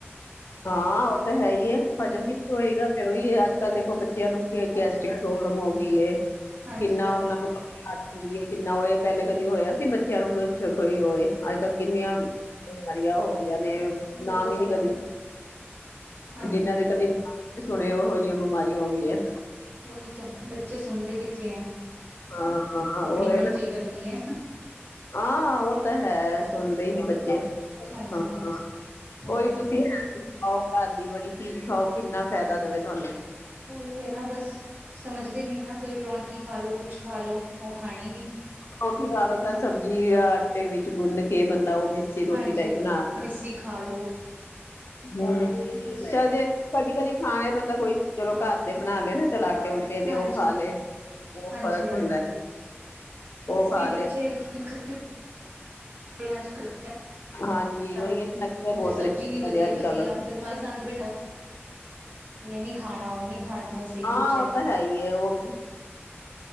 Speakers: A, on the left (about 65°); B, on the right (about 45°).
A: ਹਾਂ, ਉਹ ਤਾਂ ਹੈ ਹੀ ਏ, ਹਜ਼ਮ ਕਿੱਥੇ ਹੋਏਗਾ। ਫੇਰ ਉਹੀ ਹੈ, ਅੱਜਕੱਲ੍ਹ ਦੇਖੋ ਬੱਚਿਆਂ ਨੂੰ ਗੈਸਟ੍ਰਿਕ ਪ੍ਰੋਬਲਮ ਹੋ ਗਈ ਏ,
B: ਹਾਂਜੀ
A: ਕਿੰਨਾ
B: ਹਾਂਜੀ
A: ਉਹਨਾ ਨੂੰ। ਆਜ ਹੁੰਦਾ ਹੈ ਕਿੰਨਾ ਹੋਏ, ਪਹਿਲੇ ਕਦੀ ਹੋਇਆ ਸੀ ਬੱਚਿਆਂ ਨੂੰ ਕੁਛ, ਕੋਈ ਹੋਏ। ਅੱਜਕੱਲ੍ਹ ਕਿੰਨੀਆਂ ਬਿਮਾਰੀਆਂ ਹੋ ਗਈਆਂ ਨੇ, ਨਾਮ
B: ਬਹੁਤ
A: ਹੀ
B: ਜ਼ਿਆਦਾ
A: ਨੀ ਕਦੀ
B: ਹਾਂਜੀ
A: ਜਿਹਨਾਂ ਦੇ ਕਦੇ ਨਾਮ ਵੀ ਨਹੀਂ ਸੁਣੇ, ਉਹੋ ਜਿਹੀਆਂ ਬਿਮਾਰੀਆਂ ਹੋ ਗਈਆਂ।
B: ਉਹੀ ਤਾਂ ਬੱਚੇ ਸੁਣਦੇ ਕਿੱਥੇ ਹੈ,
A: ਹਾਂ ਹਾਂ
B: ਆਪਣੀ
A: ਉਹ ਹੈ
B: ਮਰਜ਼ੀ
A: ਨਾ
B: ਕਰਨੀ ਹੈ।
A: ਹਾਂ, ਉਹ ਤਾਂ ਹੈ ਸੁਣਦੇ ਹੀ ਨਹੀਂ ਬੱਚੇ।
B: ਹਾਂਜੀ
A: ਹਾਂ,
B: ਹਾਂਜੀ ਹੋਰ
A: ਉਹੀ ਤੁਸੀਂ
B: ਹੋਰ
A: ਹੈ ਆਓ ਘਰ ਦੀ ਬਣੀ ਚੀਜ਼ ਖਾਓ, ਕਿੰਨਾ ਫਾਇਦਾ ਦੇਵੇ ਤੁਹਾਨੂੰ।
B: ਓਹੀ ਹੈ ਨਾ, ਬਸ ਸਮਝਦੇ ਨਹੀ ਨਾ। ਕੋਈ ਪਰੌਂਠੀ ਖਾ ਲਓ ਕੁਛ ਖਾ ਲਓ, ਉਹ ਖਾਣੀ ਨੀ।
A: ਰੋਟੀ ਖਾ ਲਓ ਚਾਹੇ ਸਬਜ਼ੀ ਆਟੇ ਵਿੱਚ ਗੁੰਨ ਕੇ। ਕਿ ਬੰਦਾ, ਉਹ ਮਿੱਸੀ ਰੋਟੀ
B: ਹਾਂਜੀ
A: ਟਾਈਪ
B: ਮਿੱਸੀ
A: ਬਣਾ ਕੇ
B: ਖਾ ਲੋ
A: ਹਮ,
B: ਬਸ
A: ਚੱਲ ਜੇ ਕਦੀ-ਕਦੀ ਖਾਣੇ ਬੰਦਾ ਕੋਈ, ਚਲੋ ਘਰ ਦੇ ਬਣਾ ਲਏ ਨਾ, ਚਲ ਆਟੇ ਆਟੇ ਦੇ
B: ਹਾਂਜੀ
A: ਉਹ ਖਾ ਲਏ, ਬਹੁਤ
B: ਹਾਂਜੀ
A: ਫ਼ਰਕ
B: ਹਾਂਜੀ
A: ਹੁੰਦਾ।
B: ਬਸ
A: ਉਹ
B: ਓਹੀ,
A: ਖਾ ਲਏ
B: ਬੱਚੇ ਨਖਰੇ ਅੱਜਕਲ੍ਹ
A: ਹਾਂਜੀ ਉਹੀ
B: ਫੇਰ
A: ਨਖਰੇ ਬਹੁਤ
B: ਸਬਜ਼ੀ
A: ਨੇ
B: ਨਹੀ ਵਧੀਆ,
A: ਦੇ ਅੱਜ
B: ਵਧੀਆ
A: ਕੱਲ
B: ਫੇਰ ਮ ਪਸੰਦ, ਇਹ ਨੀ ਖਾਣਾ, ਉਹ ਨੀ ਖਾਣਾ ਬਸ। ਇਹੀ
A: ਹਾਂ,
B: ਕੁੱਝ
A: ਉਹ ਤਾਂ ਹੈ ਹੀ ਹੈ, ਉਹ ਵੀ।